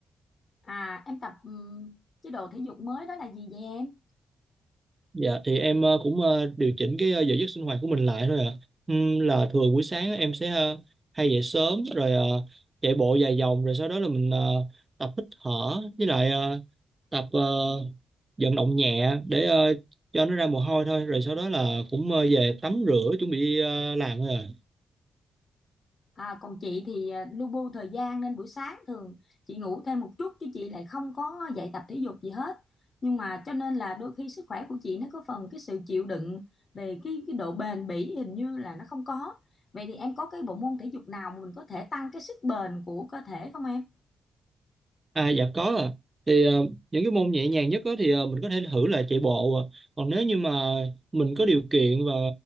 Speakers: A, on the left (about 45°); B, on the right (about 30°).
A: À, em tập ừm, chế độ thể dục mới đó là gì vậy em?
B: Dạ thì em ờ, cũng ờ, điều chỉnh cái ờ, giờ giấc sinh hoạt của mình lại thôi ạ. Ừm, là thường buổi sáng á, em sẽ ờ, hay dậy sớm rồi ờ, chạy bộ vài vòng rồi sau đó là mình ờ, tập hít thở với lại ờ, tập ờ, vận động nhẹ để ờ, cho nó ra mồ hôi thôi rồi sau đó là cũng ờ, về tắm rửa chuẩn bị đi ờ, làm thôi ạ.
A: À, còn chị thì à, lu bu thời gian nên buổi sáng thường chị ngủ thêm một chút chứ chị lại không có dạy tập thể dục gì hết. Nhưng mà cho nên là đôi khi sức khỏe của chị nó có phần cái sự chịu đựng về cái cái độ bền bỉ hình như là nó không có. Vậy thì em có cái bộ môn thể dục nào mà mình có thể tăng cái sức bền của cơ thể không em?
B: À dạ có ạ. Thì ờ, những cái môn nhẹ nhàng nhất đó thì ờ, mình có thể thử là chạy bộ ạ. Còn nếu như mà mình có điều kiện và